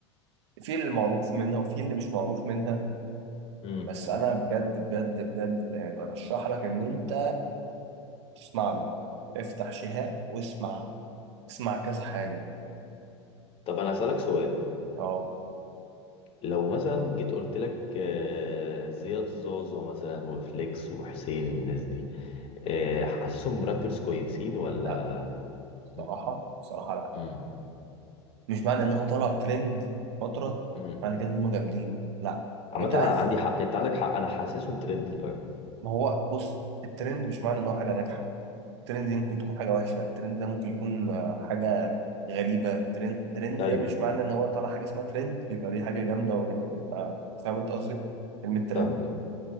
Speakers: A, on the right (about 70°); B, on the left (about 40°).
A: في اللي معروف منها وفي اللي مش معروف منها
B: امم
A: بس انا بجد بجد بجد آه، برشح لك ان انت تسمع له افتح شهاب واسمع اسمع كذا حاجة
B: طب انا هسألك سؤال
A: اه
B: لو مثلا جيت قلت لك آه، زياد زوزو مثلا وفليكس وحسين والناس دي آه، حاسسهم رابرز كويسين ولا
A: لا بصراحة
B: مم.
A: بصراحة لا
B: امم
A: مش معنى ان هو طلع ترند فترة
B: امم
A: معنى كده ان هم جامدين لا
B: عامة
A: انت
B: أنا
A: عارف
B: عندي حق انت عندك حق انا حاسسهم ترند فاهم
A: ما هو بص الترند مش معنى ان هو حاجة ناجحة الترند دي ممكن
B: امم
A: تكون حاجة وحشة الترند ده ممكن يكون آه، حاجة غريبة الترند الترند
B: ايوه
A: ده مش معنى ان هو طالع حاجة اسمها ترند يبقى دي حاجة جامدة ويبقى فاهم انت قصدي كلمة ترند
B: فاهمك